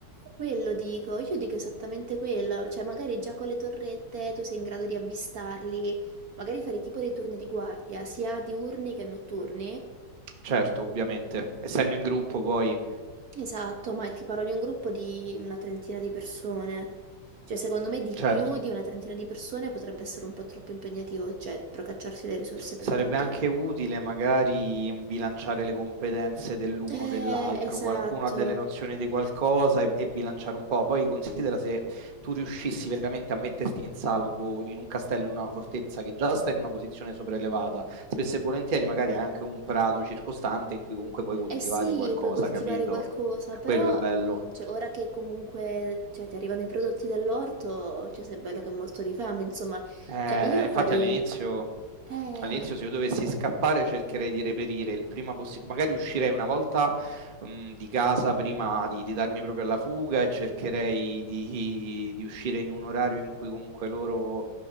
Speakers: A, on the right (about 55°); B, on the right (about 35°).
A: Quello dico, io dico esattamente quello, cioè magari già con le torrette tu sei in grado di avvistarli, magari fare tipo dei turni di guardia, sia diurni che notturni.
B: Certo, ovviamente, essendo in gruppo poi,
A: Esatto, ma ti parlo di un gruppo di una trentina di persone. Cioè, secondo me di
B: certo.
A: più di una trentina di persone potrebbe essere un po' troppo impegnativo, cioè procacciarsi le risorse per
B: Sarebbe
A: tutti.
B: anche utile magari bilanciare le competenze dell'uno
A: Eh,
B: o dell'altro,
A: esatto.
B: qualcuno ha delle nozioni di qualcosa e, e bilanciare un po'. Poi considera se tu riuscissi veramente a metterti in salvo in un castello, in una fortezza che già sta in una posizione sopraelevata, spesso e volentieri magari hai anche un prato circostante in cui comunque puoi coltivare
A: Eh sì,
B: qualcosa,
A: puoi coltivare
B: capito?
A: qualcosa, però
B: Quello è il bello.
A: cioè, ora che comunque cioè, ti arrivano i prodotti dall'orto, cioè, sei bello che è molto di fame, insomma.
B: Eh,
A: Cioè, io
B: infatti
A: farei...
B: all'inizio,
A: Eh...
B: all'inizio se io dovessi scappare cercherei di reperire il prima possibile, magari uscirei una volta mh, di casa prima di, di darmi proprio alla fuga e cercherei di, di uscire in un orario in cui comunque loro,